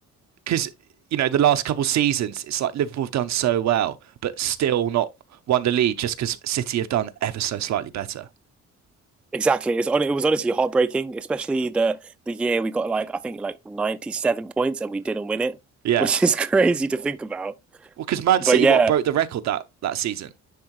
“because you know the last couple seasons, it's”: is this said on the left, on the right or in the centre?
Right